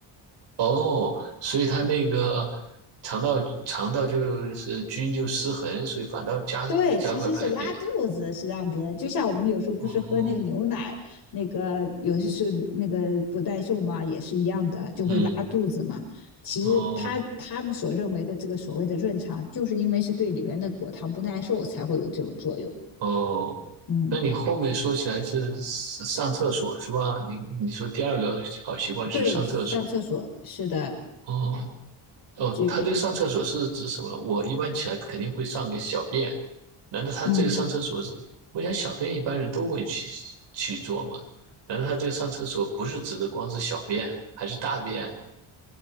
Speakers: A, on the right (about 65°); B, on the left (about 50°).
A: 哦，所以它那个肠道肠道就是菌就失衡，所以反倒加加快排便。
B: 对，其实是拉肚子，是让别人，就像我们有时候不是喝那个牛奶，
A: 哦，
B: 那个有些是乳那个不耐受嘛，也是一样的，就会拉肚子嘛。
A: 嗯，
B: 其实他他们所认为的这个所谓的润肠，
A: 哦
B: 就是因为是对里面的果糖不耐受才会有这种作用。
A: 哦，
B: 嗯，
A: 那你后面说起来是上上厕所是吧？你你说第二个好习惯是上厕所。
B: 对，上厕所是的，
A: 哦，哦，
B: 就
A: 他这个上厕所是指什么？我一般起来肯定会上个小便，难道他这个上厕所是？
B: 嗯
A: 我想小便一般人都会去去做嘛？难道他这个上厕所不是指的光是小便，还是大便？